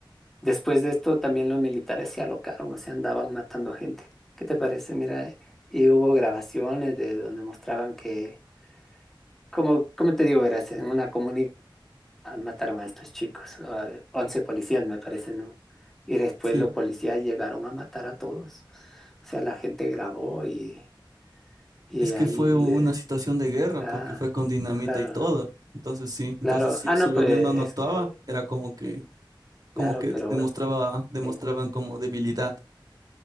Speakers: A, in the centre; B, on the right.
A: después de esto también los militares se alocaron, o sea, andaban matando gente. ¿Qué te parece? Mira, y hubo grabaciones de donde mostraban que, como, como te digo, verás, en una comunidad mataron a estos chicos, a 11 policías me parece, ¿no? Y después
B: Sí.
A: los policías llegaron a matar a todos. O sea, la gente grabó y, y
B: Es que
A: ahí,
B: fue una
A: eh,
B: situación de guerra
A: la-
B: porque fue con dinamita
A: Claro.
B: y todo. Entonces sí, entonces
A: Claro,
B: si,
A: ah,
B: si
A: no,
B: el
A: pues
B: gobierno
A: es
B: no actuaba,
A: que,
B: era como que, como
A: claro,
B: que
A: pero,
B: demostraba, demostraban
A: eh,
B: como debilidad.